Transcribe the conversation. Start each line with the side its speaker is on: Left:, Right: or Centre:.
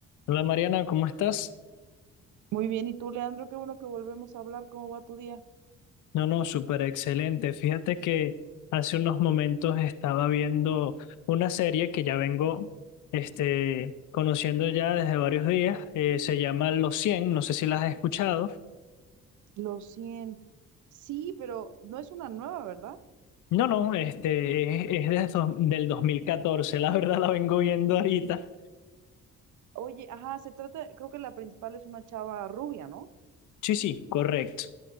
Left: Hola Mariana, ¿cómo estás?
Right: Muy bien, y tú, Leandro, qué bueno que volvemos a hablar. ¿Cómo va tu día?
Left: No, no, súper excelente. Fíjate que hace unos momentos estaba viendo una serie que ya vengo este, conociendo ya desde varios días. Eh, se llama Los Cien. no sé si las has escuchado.
Right: Los 100. Sí, pero no es una nueva, ¿verdad?
Left: No, no, este, es, es desde dos- del 2014. <laughs> la verdad la vengo viendo ahorita.
Right: Oye, ajá, se trata, creo que la principal es una chava rubia, ¿no?
Left: Sí, sí, correcto.